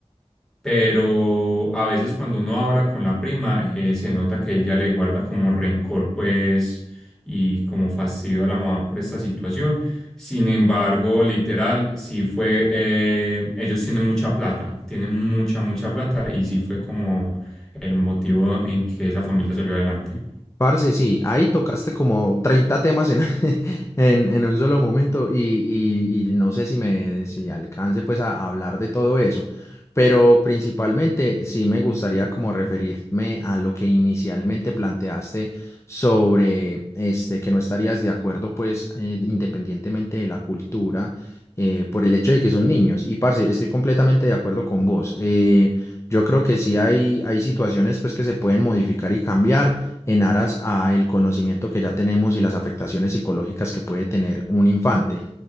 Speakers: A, in the centre; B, on the left.
A: pero a veces cuando uno habla con la prima, eh, se nota que ella le guarda como rencor, pues, y como fastidio a la mamá por esta situación. Sin embargo, literal, sí fue, eh, ellos tienen mucha plata, tienen mucha, mucha plata, y sí fue como el motivo en que esa familia salió adelante.
B: Parce, sí, ahí tocaste como 30 temas en, <laughs> en, en un solo momento y, y- y no sé si me si alcance pues a hablar de todo eso, pero principalmente sí me gustaría como referirme a lo que inicialmente planteaste sobre este que no estarías de acuerdo pues eh, independientemente de la cultura eh, por el hecho de que son niños. Y parce, estoy completamente de acuerdo con vos. Eh, yo creo que sí hay, hay situaciones pues que se pueden modificar y cambiar en aras a el conocimiento que ya tenemos y las afectaciones psicológicas que puede tener un infante.